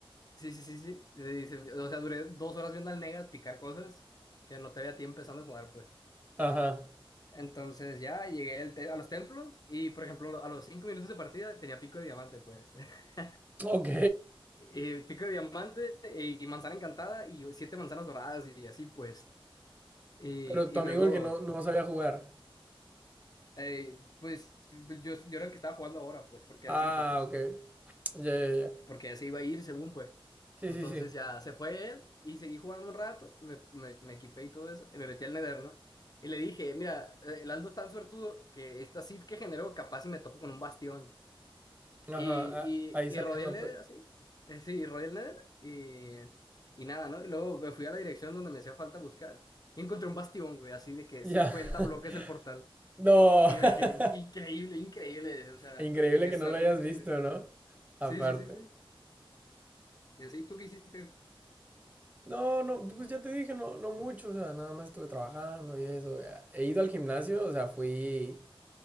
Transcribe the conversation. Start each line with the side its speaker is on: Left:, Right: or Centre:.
Left: Sí, sí, sí, sí. Y dice, O sea, duré dos horas viendo al Negas picar cosas que no te había tiempo empezando a jugar, pues.
Right: Ajá.
Left: Entonces ya llegué al te- a los templos y, por ejemplo, a los cinco minutos de partida tenía pico de diamante, pues. <laughs>
Right: Ok.
Left: Y pico de diamante eh, y manzana encantada y siete manzanas doradas y así, pues. Y, y
Right: Pero tu amigo
Left: luego,
Right: el que no, no sabía jugar.
Left: eh, pues, yo, yo era el que estaba jugando ahora, pues, porque
Right: Ah,
Left: él se quitó, pues.
Right: ok. Ya, ya, ya.
Left: porque ya se iba a ir según pues.
Right: Sí,
Left: Entonces
Right: sí, sí.
Left: ya se fue él y seguí jugando un rato, me, me, me equipé y todo eso, y me metí al Nether, ¿no? Y le dije, mira, eh, el Aldo es tan suertudo que esta seed que generó capaz y me topo con un bastión.
Right: Ajá.
Left: Y,
Right: a- ahí
Left: y, y
Right: saliendo,
Left: rodeé el Nether
Right: pues.
Left: así, eh, sí, rodeé el Nether y, y nada, ¿no? Y luego me fui a la dirección donde me hacía falta buscar y encontré un bastión, güey, así de que
Right: Ya.
Left: 50
Right: <laughs>
Left: bloques del portal.
Right: No.
Left: Y
Right: <laughs>
Left: yo dije, increíble, increíble, o sea,
Right: Increíble
Left: qué
Right: que
Left: suerte
Right: no lo hayas
Left: tienes.
Right: visto, ¿no? Aparte.
Left: Sí, sí, sí, sí. Y así, ¿tú qué hiciste?
Right: No, no, pues ya te dije, no, no mucho, o sea, nada más estuve trabajando y eso. ya. He ido al gimnasio, o sea, fui.